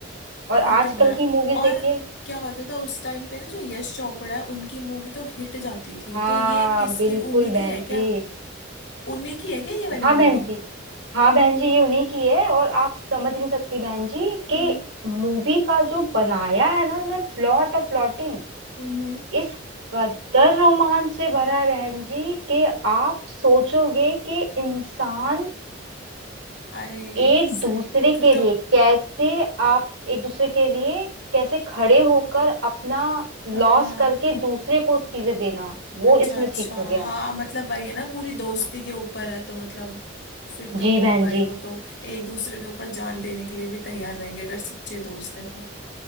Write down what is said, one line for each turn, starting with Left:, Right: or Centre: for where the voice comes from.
Right: और
Left: ये
Right: आजकल
Left: तो है
Right: की मूवीज
Left: और
Right: देखिए
Left: क्या होता था उस टाइम पे ना जो यश चोपड़ा है उनकी मूवी तो हिट जाती थी
Right: हाँ
Left: तो ये किसकी
Right: बिल्कुल
Left: उन्हीं
Right: बहन
Left: की है
Right: जी
Left: क्या उन्हीं की है क्या ये वाली
Right: हाँ
Left: मूवी
Right: बहन जी हाँ बहन जी ये उन्हीं की है और आप समझ नहीं सकती बहन जी कि
Left: हम्म
Right: मूवी का जो बनाया है ना उन्होंने प्लॉट और प्लॉटिंग
Left: हम्म
Right: इस कदर रोमांच से भरा है बहन जी कि आप सोचोगे कि इंसान
Left: अरे
Right: एक
Left: सही
Right: दूसरे के
Left: फिर तो
Right: लिए कैसे आप एक दूसरे के लिए कैसे खड़े होकर अपना लॉस
Left: हाँ हाँ
Right: करके दूसरे को चीजें देना वो
Left: अच्छा
Right: इसमें
Left: अच्छा
Right: सीखोगे आप
Left: हाँ मतलब वही है ना पूरी दोस्ती के ऊपर है तो मतलब फिर तो
Right: जी
Left: होगा
Right: बहन
Left: ही
Right: जी
Left: वो तो एक दूसरे के ऊपर जान देने के लिए भी तैयार रहेंगे अगर सच्चे दोस्त हैं तो